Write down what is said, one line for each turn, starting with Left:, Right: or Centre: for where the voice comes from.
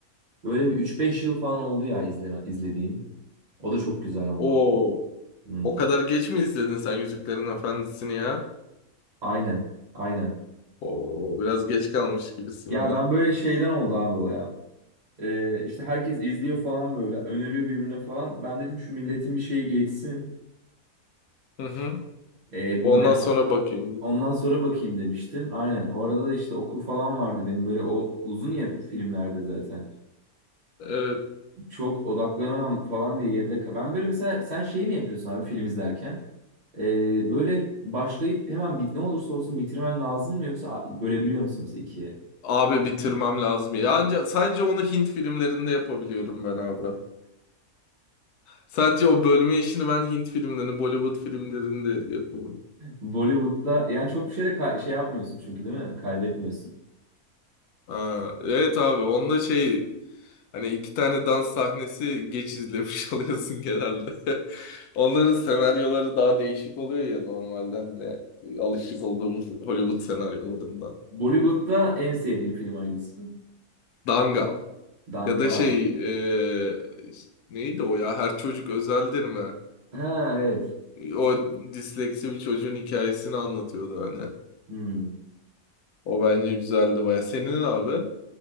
Right: böyle bir 3-5 yıl falan oldu ya izleme, izlediğim. O da çok güzel ama
Left: Oo,
Right: bu. Hmm,
Left: o kadar geç mi izledin sen Yüzüklerin Efendisi'ni ya?
Right: Aynen. Aynen.
Left: Oo, biraz geç kalmış gibisin
Right: Ya
Left: ya.
Right: ben böyle şeyden oldu abi o ya. Ee, işte herkes izliyor falan böyle öneriyor birbirine falan. Ben dedim şu milletin bir şeyi geçsin.
Left: Hı hı.
Right: Ee,
Left: Ondan
Right: bu merak-
Left: sonra bakayım.
Right: ondan sonra bakayım demiştim. Aynen. O arada da işte okul falan vardı benim böyle o uzun ya filmlerde zaten.
Left: Evet,
Right: Çok odaklanamam falan diye yerde ka- ben böyle mesela sen şeyi mi yapıyorsun abi film izlerken? Ee, böyle başlayıp hemen bit ne olursa olsun bitirmen lazım mı yoksa a- bölebiliyor musun mesela ikiye?
Left: abi bitirmem lazım ya. Ancak sadece onu Hint filmlerinde yapabiliyorum ben abi. Sadece o bölme işini ben Hint filmlerinde, Bollywood filmlerinde yapıyorum.
Right: Bollywood'da yani çok bir şey de ka- şey yapmıyorsun çünkü değil mi? Kaybetmiyorsun.
Left: Aa, evet abi onda şey hani iki tane dans sahnesi geç izlemiş <laughs> oluyorsun genelde. <laughs> Onların senaryoları daha değişik oluyor ya normalden hani alışık olduğumuz Hollywood senaryolarından.
Right: Bollywood'da en sevdiğin film hangisi?
Left: Dangal
Right: Dangal.
Left: ya da şey e, neydi o ya Her Çocuk Özeldir mi?
Right: Ha evet.
Left: O disleksi bir çocuğun hikayesini anlatıyordu hani.
Right: Hmm.
Left: O bence güzeldi baya. Senin abi?